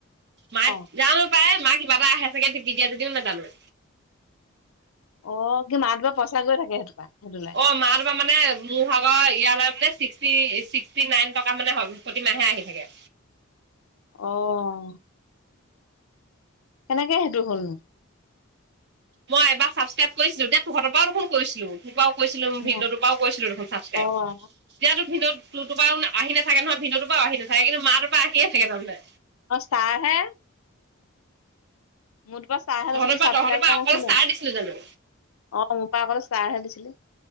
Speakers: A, on the right; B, on the left.
A: মায়ে
B: অ'।
A: যানো পায় মা কিবা এটা আহে চাগে টপি দিয়া যদিও নাজানো।
B: অ' কি মাটোপা পইচা গৈ থাকে সেইটোপা সেইটোলে
A: অ' মা টো মানে মোৰ ভাগৰ ইয়ালে মানে ছিক্সটি, ছিক্সটি নাইন টকা মানে প্ৰতিমাহে আহি থাকে।
B: অ কেনেকে সেইটো হ'লনো?
A: মই এবাৰ ছাবস্ক্ৰাইব কৰিছিলো দে তহঁতৰ পৰাও দেখোন কৰিছিলো। তোৰপাওঁ কৈছিলো
B: অ',
A: ভিনিদেও তোৰ পাও কৈছিলো চাবস্ক্ৰাইব।
B: অ',
A: এতিয়াতো ভিনদেউ তোৰ তো পৰাও আহি নাথাকে নহয়, ভিনদেউতো পৰাও আহি নাথাকে কিন্তু মা তোৰ পৰা আহিয়ে থাকে তাৰমানে।
B: হষ্টাৰ হে মোৰ তো পৰা ষ্টাৰ হে
A: তহঁতৰ
B: লৈছিলি
A: পৰা
B: ছাবস্ক্ৰাইব
A: তহঁতৰ পৰা
B: কৰা
A: অকল
B: নাছিলো
A: ষ্টাৰ
B: অ'
A: দিছিলো জানো
B: মোৰ পৰা অক ইষ্টাৰ হে দিছিলি।